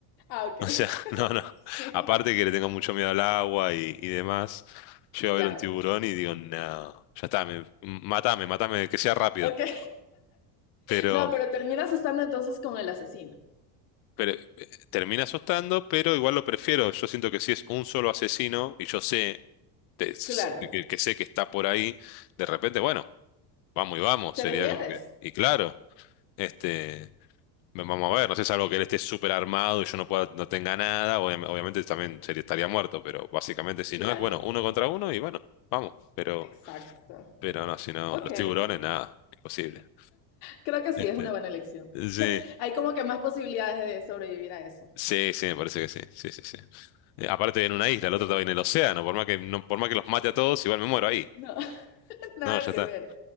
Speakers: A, on the left (about 85°); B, on the left (about 55°).
A: Ah, ok.
B: O sea, <laughs> no, no.
A: Sí.
B: Aparte que le tengo mucho miedo al agua y, y demás, llego
A: Y
B: a
A: ya.
B: ver un tiburón
A: yeah.
B: y digo, no, ya está, me, matame, matame, que sea rápido.
A: Ok.
B: Pero,
A: No, pero terminas estando entonces con el asesino.
B: pero eh, termina asustando, pero igual lo prefiero. Yo siento que si es un solo asesino y yo sé, te-
A: Claro.
B: que que sé que está por ahí, de repente, bueno. Vamos y vamos,
A: ¿Te
B: sería
A: defiendes?
B: como que. Y claro, este, ve- vamos a ver, no sé, salvo que él esté súper armado y yo no pueda, no tenga nada, obvia- obviamente también sería, estaría muerto, pero básicamente si
A: Claro.
B: no es, bueno, uno contra uno y bueno, vamos, pero,
A: Exacto.
B: pero no, si no,
A: Ok.
B: los tiburones, nada, imposible.
A: Creo que sí,
B: Este,
A: es una buena elección.
B: sí,
A: Hay como que más posibilidades de sobrevivir a eso.
B: sí, sí, me parece que sí, sí, sí, sí. Eh, aparte en una isla,
A: Ok.
B: el otro estaba en el océano, por más que, no, por más que los mate a todos, igual me muero ahí.
A: No, <laughs> nada
B: No, ya
A: que
B: está.
A: ver.